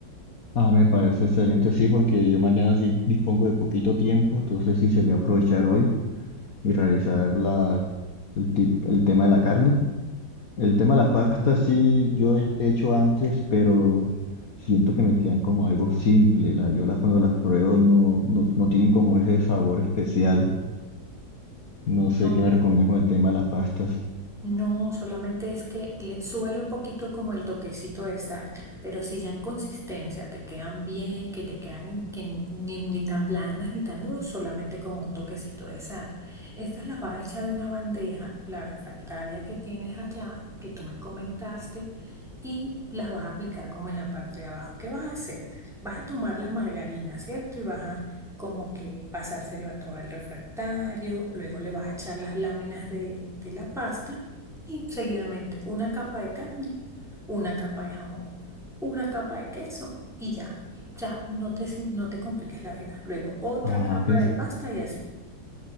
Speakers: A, on the left; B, in the centre.
A: Ah, me parece excelente, sí, porque yo mañana sí dispongo de poquito tiempo, entonces sí sería aprovechar hoy y realizar la, el, ti- el tema de la carne. El tema de las pastas sí yo he he hecho antes, pero siento que me quedan como algo simple. La, yo las cuando las pruebo no, no, no tienen como ese sabor especial. No sé
B: No.
A: qué me recomienda con el tema de las pastas.
B: No, solamente es que le súbele un poquito como el toquecito de sal, pero si ya en consistencia te quedan bien, que te quedan en- que ni, ni tan blandas ni tan duras, solamente con un toquecito de sal. Estas las vas a echar en la bandeja, la refractaria que tienes allá, que tú me comentaste, y las vas a aplicar como en la parte de abajo. ¿Qué vas a hacer? Vas a tomar la margarina, ¿cierto? Y vas a como que pasárselo a todo el refractario, luego le vas a echar las láminas de de la pasta y seguidamente una capa de carne, una capa de jamón, una capa de queso y ya. O sea, no te, si- no te compliques la vida. Luego otra
A: Ah,
B: capa
A: pens-
B: de pasta y así.